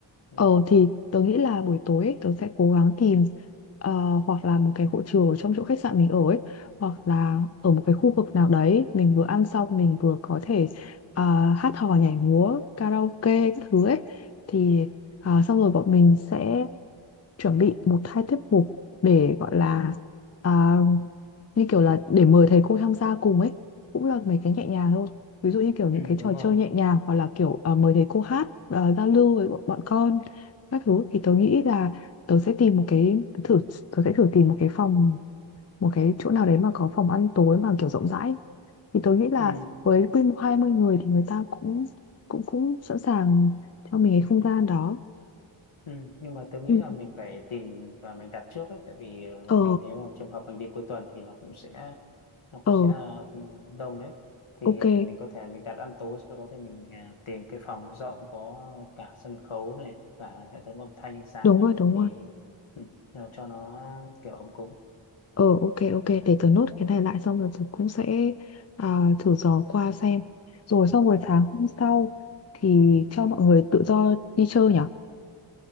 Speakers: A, on the left; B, on the left.
A: ừ,
B: Ờ thì tớ nghĩ là buổi tối ấy, tớ sẽ cố gắng tìm ờ, hoặc là một cái hội trường ở trong chỗ khách sạn mình ở ấy hoặc là ở một cái khu vực nào đấy mình vừa ăn xong mình vừa có thể à, hát hò nhảy múa karaoke các thứ ấy thì à, xong rồi bọn mình sẽ chuẩn bị một hai tiết mục để gọi là à, như kiểu là để mời thầy cô tham gia cùng ấy cũng là mấy cái nhẹ nhàng thôi ví dụ như kiểu những
A: Ừ,
B: cái
A: đúng
B: trò
A: rồi
B: chơi nhẹ nhàng hoặc là kiểu à, mời thầy cô hát à, giao lưu với bọn bọn con các thứ thì tớ nghĩ là tớ sẽ tìm một cái tớ thử tớ sẽ thử tìm một cái phòng một cái chỗ nào đấy mà có phòng ăn tối mà kiểu rộng rãi thì tớ nghĩ là
A: ừ.
B: với quy mô 20 người thì người ta cũng cũng cũng sẵn sàng cho mình cái không gian đó
A: Ừ, nhưng mà tôi nghĩ
B: Ừ.
A: là mình phải tìm và mình đặt trước ấy, tại vì ờ,
B: ờ
A: mình nếu mà trường hợp mình đi cuối tuần thì nó cũng sẽ nó cũng
B: ờ
A: sẽ ờ, đông đấy thì
B: ok
A: mình có thể mình đặt ăn tối sau đó thì mình ờ, tìm cái phòng nó rộng có cả sân khấu này cả hệ thống âm thanh ánh sáng
B: đúng
A: ấy
B: rồi đúng
A: thì
B: rồi
A: ừ, nó- cho nó kiểu ấm cúng
B: ờ ok ok để tớ nốt cái này lại xong rồi tớ cũng sẽ à, thử dò qua xem rồi xong rồi sáng hôm sau thì cho mọi người tự do đi chơi nhở